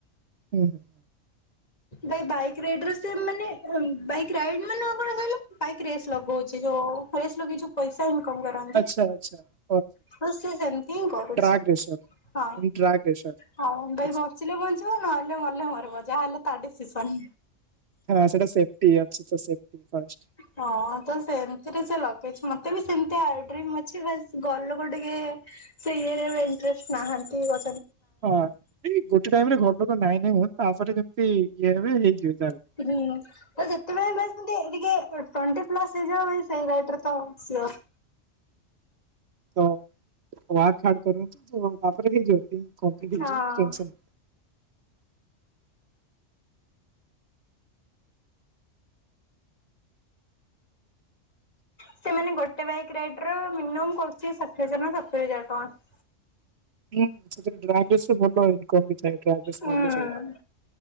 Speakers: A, on the right; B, on the left.
A: <inaudible>
B: ଭାଇ ବାଇକ୍ ରାଇଡ ର ସେ ମାନେ ବାଇକ ରାଇଡ ମାନ କଣ କହିଲ ବାଇକ୍ ରେସ୍ ଲଗଉଛି ଯୋଉ ରେସ୍ ଲଗେଇକି ଯୋଉ ପଇସା ଇନକମ୍ କରନ୍ତି
A: ଆଚ୍ଛା ଆଚ୍ଛା। <unintelligible>
B: ହଁ ସେ ସେମିତି ହିଁ କରୁଚି
A: ଡ୍ରାଗ ରେସର
B: ହଁ।
A: ଡ୍ରାଗ ରେସର
B: ହଁ ଭାଇ
A: ଆଚ୍ଛା।
B: ବଞ୍ଚିଲେ ବଞ୍ଚିବ ନହେଲେ ମଲେ ମରିବ ଯାହାହେଲେ ତା ଡିସିସନ୍।
A: ହଁ ସେଟା ସେଫ୍ଟି ଅଛି ତ ସେଫ୍ଟି ଫାଷ୍ଟ।
B: ହଁ ତ ସେମତିରେ ସେ ଲଗେଇଛି ମତେ ବି ସେମତି ଆ ଡ୍ରିମ୍ ଅଛି ବାସ୍ ଘରଲୋକୁ ଟିକେ ସେ ଇଏରେ ଇଣ୍ଟରେଷ୍ଟ ନାହାନ୍ତି ଘ
A: ହଁ ଏଇ ଗୋଟେ ଟାଇମ୍ ରେ ଘର ଲୋକ ନାଇଁ ନାଇଁ ହୁହନ୍ତି ତାପରେ ଯେମିତି ଇଏ ହେବେ ହେଇଯିବ।
B: ହୁଁ ବାସ୍ ଯେତେବେଳେ ବାସ୍ ଟିକେ ଇଏକି। - ଟ୍ୱେଣ୍ଟି ପ୍ଲସ୍ ହେଇଯାଏ ସେଇ ରାଇଟରେ ତ ସିଓର୍।
A: <unintelligible>
B: ହଁ ସେ ମାନେ ଗୋଟେ ବାଇକ୍ ରାଇଟିର ମିନିମମ୍ କରୁଚି ଷାଠିଏ ହଜାର ନା ସତୁରି ହଜାର ଟଙ୍କା।
A: ହୁଁ ସେଥିରେ <unintelligible> ଭଲ ଇନକମ୍ ବି ଥାଏ <unintelligible> ଭଲ ସବୁଠୁ।
B: ହୁଁ।